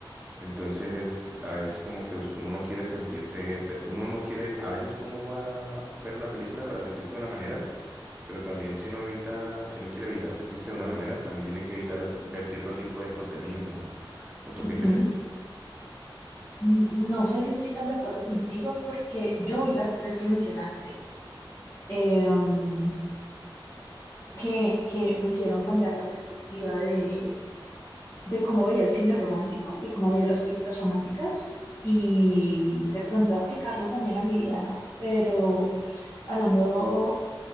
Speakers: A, on the right; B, on the left.
A: Entonces, a veces como que us- uno no quiere sentirse, te- uno no quiere, a veces uno va a ver una película para sentirse de una manera, pero también si uno evita, si uno quiere evitar sentirse de unas maneras, también tiene que evitar ver cierto tipo de contenido, ¿no? ¿O tú
B: Ujú.
A: qué crees?
B: Mm, No sé si estoy tan de acuerdo contigo porque yo vi las tres que mencionaste, em, que, que me hicieron cambiar la perspectiva de, de cómo veía el cine romántico, de cómo veía las películas románticas y de pronto aplicarlo también a mi vida, ¿no? Pero hablando